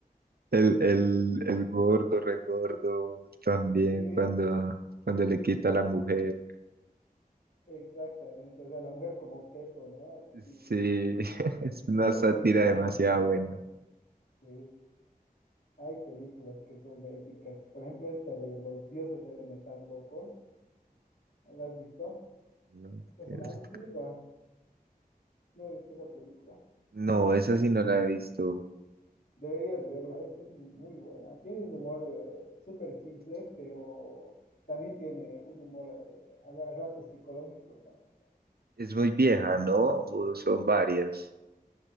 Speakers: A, on the right; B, on the left.
A: el, el, el gordo, regordo, también
B: Sí,
A: cuando, cuando le quita a la mujer.
B: exactamente. O sea, la mujer como objeto, ¿no? Y
A: Sí, <laughs> es una
B: son
A: sátira
B: películas
A: demasiado
B: tan locadas.
A: buena.
B: Sí. Hay películas que son épicas. Por ejemplo, esta de Los dioses deben estar locos. ¿La has visto?
A: No,
B: Es
A: tienes-
B: una antigua. ¿No viste esa película?
A: no,
B: Es muy
A: esa
B: buena.
A: sí no la he visto.
B: Deberías verla, es, es muy, muy buena. Tiene un humor eh, súper simple, pero también tiene un humor eh, a, a ratos psicológico, ¿no?
A: Es muy
B: Entonces,
A: vieja, ¿no?
B: es buena.
A: ¿O
B: pero-
A: son varias?